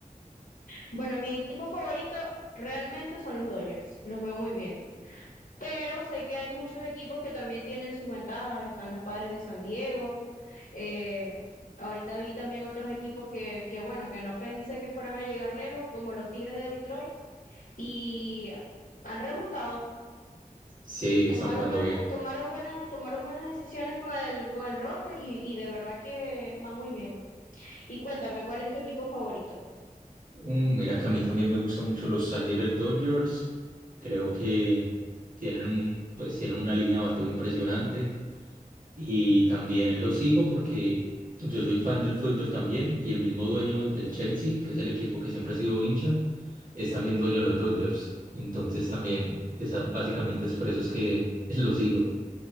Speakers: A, on the left (about 70°); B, on the right (about 65°).
A: Bueno, mi equipo favorito realmente son los Dodgers, los veo muy bien, pero sé que hay muchos equipos que también tienen sus ventajas, están los Padres de San Diego, eh, ahorita vi también otros equipos que, que, bueno, que no pensé que fueran a llegar lejos, como los Tigres de Detroit, y han remontado.
B: Sí,
A: Tomaron
B: están jugando
A: buenas,
B: bien.
A: tomaron buenas, tomaron buenas decisiones con el, con el roster y, y de verdad que van muy bien. Y cuéntame, ¿cuál es tu equipo favorito?
B: Mm, mira que a mí también me gustan mucho los Angeles Dodgers. Creo que tienen un, pues, tienen una línea de bateo impresionante Y también lo sigo porque yo soy fan del fútbol también y el mismo dueño del Chelsea, que es el equipo que siempre ha sido hincha, es también dueño de los Dodgers. Entonces también, esa, básicamente es por eso es que <laughs> lo sigo.